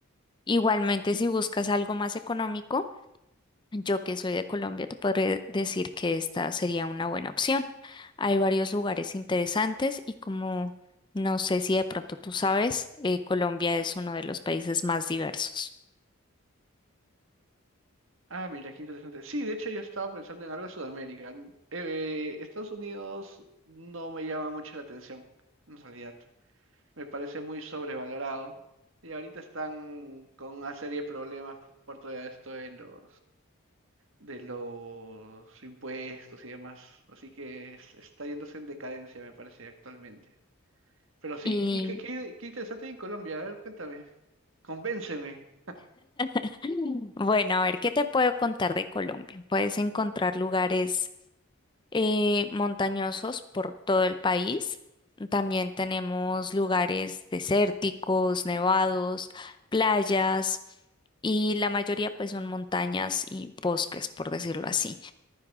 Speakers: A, on the left (about 20°); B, on the right (about 65°).
A: Igualmente, si buscas algo más económico, yo que soy de Colombia, te podré decir que esta sería una buena opción. Hay varios lugares interesantes y como no sé si de pronto tú sabes, eh, Colombia es uno de los países más diversos.
B: Ah, mira, qué interesante. Sí, de hecho yo estaba pensando en algo de Sudamérica. Mm, Eh, Estados Unidos no me llama mucho la atención, en realidad. Me parece muy sobrevalorado. Y ahorita están con una serie de problemas por todo esto de los de los impuestos y demás. Así que es- está yéndose en decadencia, me parece, actualmente. Pero sí,
A: Y
B: y qué, qué, qué interesante en Colombia. A ver, cuéntame, convénceme.
A: <clears throat> bueno, a ver, ¿qué te puedo contar de Colombia? Puedes encontrar lugares eh, montañosos por todo el país. También tenemos lugares desérticos, nevados, playas y la mayoría pues son montañas y bosques, por decirlo así.